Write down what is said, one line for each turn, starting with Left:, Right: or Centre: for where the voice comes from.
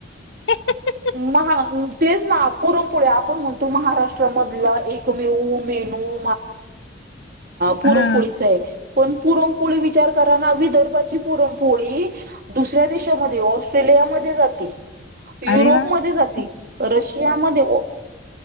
Left: ह.
Right: महा तेच ना पुरणपोळे आपण म्हणतो महाराष्ट्रामधला एकमेऊ मेनू पुरपोळी
Left: हा
Right: पण पुरपोळी विचार कराद भारताची पुरण पोळी दुसऱ्या देशामध्ये ऑस्ट्रेलियामध्ये जाते. युरोपमध्येध्ये
Left: अरे वा
Right: जाते. रशियामध्ये अ